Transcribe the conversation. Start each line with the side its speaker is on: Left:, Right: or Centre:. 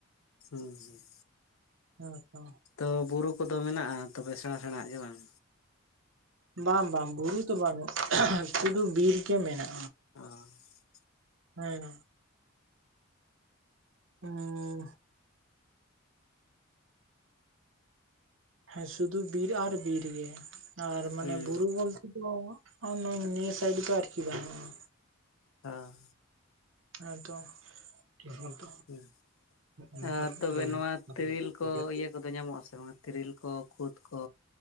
Left: ᱦᱩᱸ ᱦᱩᱸ
Right: ᱦᱮᱸᱻ ᱛᱚ
Left: ᱛᱚ ᱵᱩᱨᱩ ᱠᱚᱫᱚ ᱢᱮᱱᱟᱜᱼᱟ ᱛᱚᱵᱮ ᱥᱮᱬᱟ ᱥᱮᱬᱟᱜ ᱦᱟᱸᱜ ᱜᱮ ᱵᱟᱝ
Right: ᱵᱟᱝ ᱵᱟᱝ ᱵᱩᱨᱩ ᱫᱚ ᱵᱟᱹᱱᱩᱜ ᱥᱩᱫᱩ ᱵᱤᱨ ᱜᱮ ᱢᱮᱱᱟᱜᱼᱟ
Left: <unintelligible>
Right: ᱦᱮᱸᱻ ᱦᱩᱸᱻ ᱦᱮᱸ ᱥᱩᱫᱩ ᱵᱤᱨ ᱟᱨ ᱵᱤᱨ ᱜᱮ ᱟᱨ ᱢᱟᱱᱮ
Left: ᱦᱩᱸ
Right: ᱵᱩᱨᱩ ᱵᱚᱞᱼᱼ <unintelligible> ᱱᱤᱭᱟᱹ ᱥᱟᱭᱤᱰ ᱫᱚ ᱟᱨᱠᱤ ᱵᱟᱹᱱᱩᱜᱼᱟ
Left: ᱦᱮᱸᱻ
Right: ᱦᱮᱸ ᱛᱚ <unintelligible> ᱱᱚᱜᱼ
Left: ᱦᱩᱸ
Right: ᱱᱚᱝᱠᱟᱱᱟᱜ
Left: ᱟᱨ
Right: ᱢᱤᱫᱴᱟᱹᱝ
Left: ᱛᱚᱵᱮ ᱱᱚᱣᱟ ᱛᱤᱨᱤᱞ ᱠᱚ ᱤᱭᱟᱹ
Right: <unintelligible>
Left: ᱠᱚᱫᱚ ᱧᱟᱢᱚᱜᱼᱟ ᱥᱮ ᱵᱟᱝ ᱛᱨᱮᱤᱞ ᱠᱚ ᱠᱩᱫᱽ ᱠᱚ